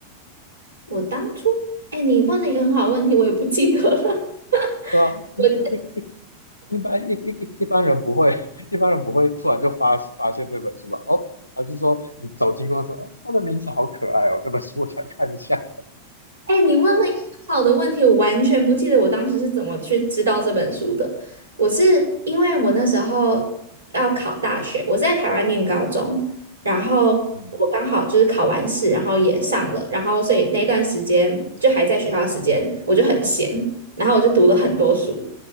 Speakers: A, on the right (about 75°); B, on the left (about 80°).
A: 我当初哎，你问了一个很好的问题，我也不记得了。<laughs>
B: 对啊，
A: 我
B: 一一一一般一一一一般人不会，<laughs> 一般人不会突然就发发现这本书吧？哦，还是说你走经过说，哦它的名字好可爱哦，这本书我想看一下。
A: 哎，你问了一个很好的问题，我完全不记得我当时是怎么去知道这本书的。我是因为我那时候要考大学，我是在台湾念高中，然后我刚好就是考完试，
B: 嗯。
A: 然后也上了，然后所以那段时间就还在学校的时间，我就很闲，然后我就读了很多书，